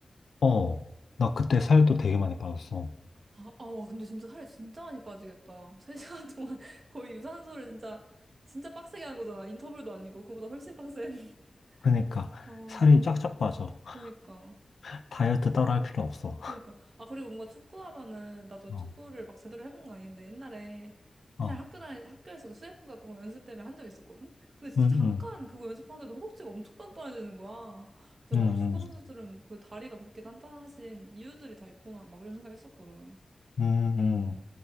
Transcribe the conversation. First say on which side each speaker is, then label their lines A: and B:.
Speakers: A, on the left; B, on the right.
A: 어. 나 그때 살도 되게 많이 빠졌어.
B: 아, 아, 와, 근데 진짜 살이 진짜 많이 빠지겠다. <laughs> 3시간 동안 <laughs> 거의 유산소를 진짜, 진짜 빡세게 하는 거잖아. 인터벌도 아니고, 그거보다 훨씬 빡센. <laughs>
A: 그러니까,
B: 어,
A: 살이 쫙쫙 빠져.
B: 그니까.
A: <laughs> 다이어트 따로 할 필요 없어.
B: 그니까. 아, 그리고 뭔가 축구하면은, 나도
A: 어,
B: 축구를 막 제대로 해본 건 아닌데, 옛날에,
A: 어,
B: 옛날 학교 다니, 학교에서 그 수뇌품과 그런 거 연습 때문에 한 적 있었거든? 근데 진짜
A: 응,
B: 잠깐
A: 응,
B: 그거 연습하는데도 허벅지가 엄청 단단해지는 거야. 그래서
A: 응,
B: 막 축구 선수들은 그 다리가 그렇게 단단하신 이유들이 다 있구나. 막 이런 생각 했었거든.
A: 응,
B: 음.
A: 응,